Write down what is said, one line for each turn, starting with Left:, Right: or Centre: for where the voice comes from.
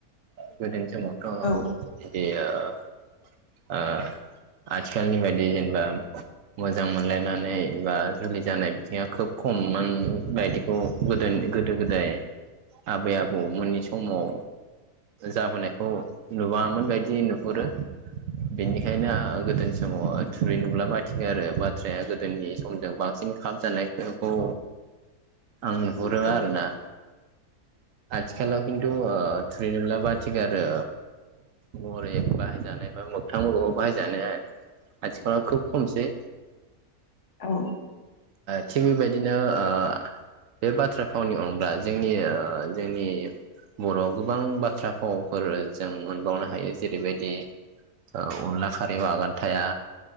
Right: गोदोनि स <unintelligible>
Left: औ
Right: बिदि ओ ओ आथिखालनि बायदि जेनेबा मोजां मोनलायनानै बा जुलि जानाय बिथिङा खोब खम मोन बायदिखौ गोदो गोदो गोदाय आबै आबौमोननि समाव जाबोनायखौ नुबाङामोन बायदि नुहुरो। बेनिखायनो आ गोदोनि समाव थुरै नुब्ला बाथिगारो बाथ्राया गोदोनि समजों बांसिन खाब जानायखौ आं नुहुरो
Left: औ
Right: आरोना। आथिखालाव खिन्थु ओ थुरै नुब्ला बाथिगारो महरै बाहायजानाय बा मोगथां मुलुगाव बाहायजानाया आथिखालाव खोब खमसै।
Left: औ।
Right: थिक बेबायदिनो ओ बे बाथ्रा फावनि अनगा जोंनि जोंनि बर'आव गोबां बाथ्रा फावफोर जों मोनबावनो हायो जेरैबायदि अनला खारैयाव आगान थाया।